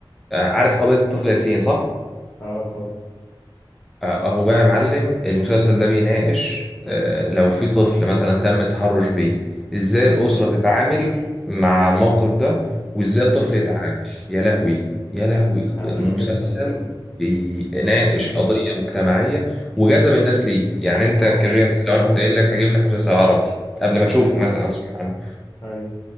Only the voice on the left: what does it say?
اه طبعا
امم
امم
هادف
جدا طبعا
حاجة زي
طبعا
امم
أي